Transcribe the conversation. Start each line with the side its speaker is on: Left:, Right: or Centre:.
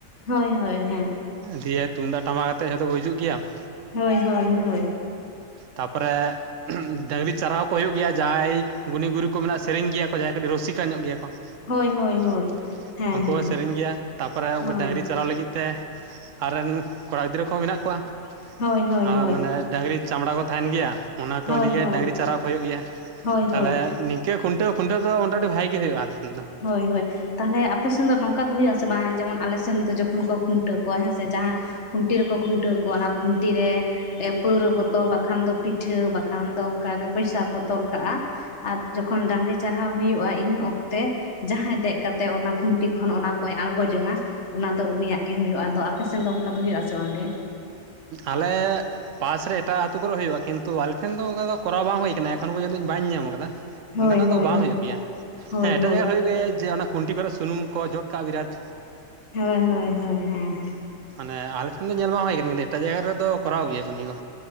Left: ᱦᱳᱭ ᱦᱳᱭ ᱦᱮᱸ᱾
Right: ᱫᱤᱭᱮ ᱛᱩᱢᱫᱟᱜ ᱴᱟᱢᱟᱠ ᱟᱛᱮᱫ ᱡᱷᱚᱛᱚ ᱠᱚ ᱦᱤᱡᱩᱜ ᱜᱮᱭᱟ ᱾
Left: ᱦᱳᱭ ᱦᱳᱭ ᱦᱳᱭ ᱾
Right: ᱛᱟᱯᱚᱨᱮ ᱰᱟᱹᱝᱨᱤ ᱪᱟᱨᱦᱟᱣ ᱠᱚ ᱦᱩᱭᱩᱜ ᱜᱮᱭᱟ ᱾ ᱡᱟᱦᱟᱸᱭ ᱜᱩᱱᱤ ᱜᱩᱨᱤᱵ ᱠᱚ ᱢᱮᱱᱟᱜ ᱥᱮᱨᱮᱧ ᱜᱮᱭᱟ ᱠᱚ ᱡᱟᱦᱟᱸᱭ ᱠᱟᱹᱴᱤᱡ ᱨᱩᱥᱤᱠᱟ ᱧᱚᱜ ᱜᱮᱭᱟ ᱠᱚ
Left: ᱦᱳᱭ ᱦᱳᱭ
Right: ᱾
Left: ᱦᱳᱭ ᱦᱮᱸ
Right: ᱩᱱᱠᱩ
Left: ᱦᱮᱸ
Right: ᱦᱚᱸ ᱥᱮᱨᱮᱧ ᱜᱮᱭᱟ᱾ ᱛᱟᱯᱚᱨᱮ ᱩᱱᱠᱩ
Left: ᱦᱳᱭ
Right: ᱰᱟᱹᱝᱨᱤ ᱪᱟᱨᱦᱟᱣ ᱞᱟᱹᱜᱤᱫ ᱛᱮ ᱟᱨ ᱨᱮᱱ ᱠᱚᱲᱟ ᱜᱤᱫᱽᱨᱟᱹ ᱠᱚᱦᱚᱸ ᱢᱮᱱᱟᱜ ᱠᱚᱣᱟ᱾
Left: ᱦᱳᱭ ᱦᱳᱭ
Right: ᱟᱨ
Left: ᱦᱳᱭ
Right: ᱢᱟᱱᱮ ᱰᱟᱹᱝᱨᱤ ᱪᱟᱢᱲᱟ ᱠᱚ ᱛᱟᱦᱮᱱ ᱜᱮᱭᱟ᱾ ᱚᱱᱟ ᱠᱚ
Left: ᱦᱳᱭ
Right: ᱞᱟᱹᱜᱤᱫ
Left: ᱦᱳᱭ
Right: ᱮ ᱰᱟᱹᱝᱨᱤ ᱪᱟᱨᱟᱣ ᱠᱚ ᱦᱩᱭᱩᱜ ᱜᱮᱭᱟ ᱾
Left: ᱦᱳᱭ ᱦᱳᱭ ᱦᱳᱭ
Right: ᱛᱟᱦᱟᱞᱮ ᱱᱤ ᱝᱠᱟᱹ ᱠᱷᱩᱱᱟᱹᱣ ᱠᱷᱩᱱᱴᱟᱹᱣ ᱫᱚ ᱢᱚᱴᱟᱢᱩᱴᱤ ᱵᱷᱟᱜᱮ ᱜᱮ ᱦᱩᱭᱩᱜᱼᱟ ᱟᱞᱮ ᱴᱷᱮᱱ ᱫᱚ ᱾
Left: ᱦᱳᱭ-ᱦᱳᱭ ᱛᱟᱦᱟᱞᱮ ᱟᱯᱮ ᱥᱮᱱ ᱫᱚ ᱱᱚᱝᱠᱟ ᱫᱚ ᱦᱩᱭᱩᱜᱼᱟᱥᱮ ᱵᱟᱝ? ᱡᱮᱢᱚᱱ ᱟᱞᱮ ᱥᱮᱱ ᱫᱚ ᱡᱚᱠᱷᱚᱱ ᱠᱚ ᱠᱷᱩᱱᱴᱟᱹᱣ ᱠᱚᱣᱟ ᱦᱮᱸ ᱥᱮ ᱡᱟᱦᱟᱸ ᱼᱼ ᱠᱷᱩᱱᱴᱤ ᱨᱮᱠᱚ ᱠᱷᱩᱱᱴᱟᱹᱣ ᱠᱚᱣᱟ ᱚᱱᱟ ᱠᱷᱩᱱᱴᱤ ᱨᱮ। ᱮ ᱯᱟᱹᱣᱨᱟᱹ ᱵᱚᱛᱚᱞ ᱵᱟᱠᱷᱟᱱ ᱫᱚ ᱯᱤᱴᱷᱟᱹ ᱵᱟᱠᱷᱟᱱ ᱫᱚ ᱚᱱᱠᱟᱜᱮ ᱯᱚᱭᱥᱟ ᱠᱚ ᱛᱚᱞ ᱠᱟᱜᱼᱟ। ᱟᱨ ᱡᱚᱠᱷᱚᱱ ᱰᱟᱝᱨᱤ ᱪᱟᱨᱦᱟᱣ ᱦᱩᱭᱩᱜᱼᱟ ᱤᱱᱟᱹ ᱚᱠᱛᱚ ᱛᱮ ᱡᱟᱦᱟᱸᱭ ᱫᱮᱡ ᱠᱟᱛᱮ ᱚᱱᱟ ᱠᱷᱩᱱᱴᱤ ᱠᱷᱚᱱ ᱚᱱᱟ ᱠᱚᱭ ᱟᱬᱜᱚ ᱡᱚᱝᱟ᱾ ᱚᱱᱟ ᱫᱚ ᱩᱱᱤᱭᱟᱜ ᱜᱮ ᱦᱩᱭᱩᱜᱼᱟ। ᱟᱫᱚ ᱟᱯᱮ ᱥᱮᱱ ᱫᱚ ᱚᱱᱠᱟ ᱫᱚ ᱦᱩᱭᱩᱜ ᱟᱥᱮ ᱵᱟᱝ ᱜᱮ?
Right: ᱟᱞᱮ ᱼᱼ ᱯᱟᱥ ᱨᱮ ᱮᱴᱟᱜ ᱟᱹᱛᱩ ᱠᱚᱨᱮ ᱦᱩᱭᱩᱜᱼᱟ᱾ ᱠᱤᱱᱛᱩ ᱟᱞᱮ ᱴᱷᱮᱱ ᱫᱚ ᱚᱱᱠᱟ ᱫᱚ ᱠᱚᱨᱟᱣ ᱵᱟᱝ ᱦᱩᱭ ᱟᱠᱟᱱᱟ᱾ ᱮᱠᱷᱚᱱ ᱯᱚᱨᱡᱚᱱᱛᱚ ᱤᱧ ᱵᱟᱧ ᱧᱟᱢ ᱟᱠᱟᱫᱟ।
Left: ᱦᱳᱭ
Right: ᱚᱱᱠᱟᱱᱟᱜ
Left: ᱦᱳᱭ
Right: ᱫᱚ ᱵᱟᱝ
Left: ᱦᱳᱭ
Right: ᱦᱩᱭᱩᱜ ᱜᱮᱭᱟ᱾
Left: ᱦᱳᱭ
Right: ᱦᱮᱸ ᱮᱴᱟᱜ
Left: ᱦᱳᱭ
Right: ᱡᱟᱭᱜᱟ ᱨᱮ ᱦᱩᱭᱩᱜ ᱜᱮᱭᱟ ᱡᱮ ᱚᱱᱟ ᱠᱷᱩᱱᱴᱤ ᱠᱚᱨᱮ ᱥᱩᱱᱩᱢ ᱠᱚ ᱡᱚᱫ ᱠᱟᱜᱼᱟ ᱵᱤᱨᱟᱴ।
Left: ᱦᱳᱭ-ᱦᱳᱭ-ᱦᱳᱭ ᱦᱮᱸᱻᱦᱮᱸ
Right: ᱢᱟᱱᱮ ᱟᱞᱮ ᱴᱷᱮᱱ ᱫᱚ ᱧᱮᱞ ᱢᱟ ᱦᱩᱭ ᱠᱟᱱᱟ ᱠᱤᱱᱛᱩ ᱮᱴᱟᱜ ᱡᱟᱭᱜᱟ ᱨᱮᱫᱚ ᱠᱚᱨᱟᱣ ᱜᱮᱭᱟ ᱠᱚ ᱱᱤᱭᱟᱹ ᱠᱚ